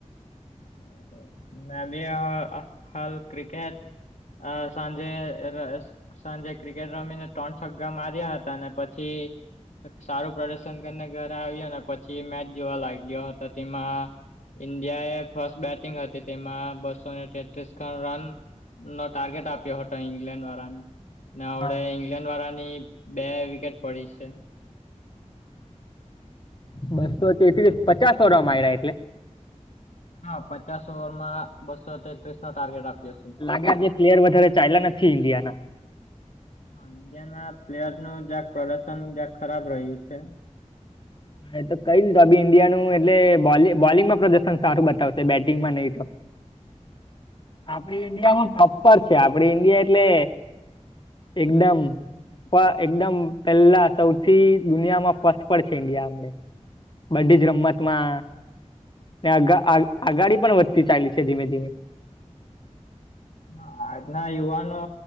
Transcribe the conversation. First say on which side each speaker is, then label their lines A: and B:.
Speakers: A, on the left; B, on the left.
A: બરાબર. મેં બી અ હાલ ક્રિકેટ અ સાંજે અ સાંજે ક્રિકેટ રમીને ત્રણ છગ્ગા માર્યા હતા, અને પછી સારું પ્રદર્શન કરીને ઘરે આવ્યો, ને પછી મેચ જોવા લાગ્યો હતો. તેમાં ઈન્ડિયા એ ફસ્ટ બેટિંગ હતી, તેમાં બસોને તેત્રીસ ખણ રન નો ટાર્ગેટ આપ્યો હતો ઈંગ્લેન્ડ વાળા ને. ને અવડે
B: હા
A: ઈંગ્લેન્ડ વાળાની બે વિકેટ પડી છે.
B: બસો તેત્રીસ, પચાસ ઓવરમાં માયરા એટલે.
A: હા, પચાસ ઓવર માં બસો તેત્રીસ નો ટાર્ગેટ આપ્યો. છે
B: લાગ્યા જે પ્લેયર વધારે ચાયલા નથી ઇન્ડિયાના.
A: હા, ઇન્ડિયાના પ્લેયરનું જાક પ્રદર્શન, જાક ખરાબ રહ્યું છે.
B: હ, એ તો કંઈ નહીં, તો બી ઈન્ડિયાનું એટલે બોલ બોલિંગમાં પ્રદર્શન સારું બતાવશે, બેટિંગમાં નહીં તો.
A: હ.
B: આપડી ઈન્ડિયામાં ટોપ પર છે. આપડી ઈન્ડિયા એટલે એકદમ, પ એકદમ પેલા, સૌથી દુનિયામાં ફસ્ટ પર છે. ઈન્ડિયા આપડે. બધી જ રમતમાં ને આગા આગાડી પણ વધતી ચાયલી છે, ધીમે ધીમે.
A: હા, આજના યુવાનો